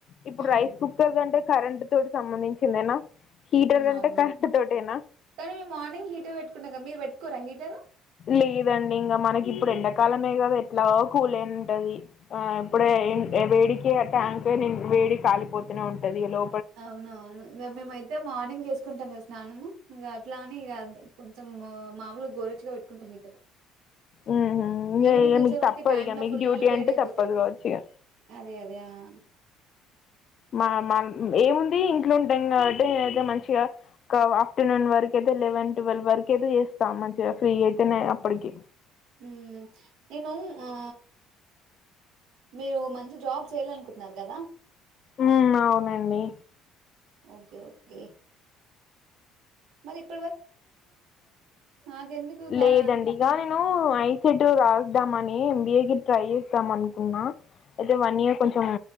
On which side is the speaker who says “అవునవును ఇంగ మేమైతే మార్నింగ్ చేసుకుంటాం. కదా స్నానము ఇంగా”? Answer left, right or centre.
Right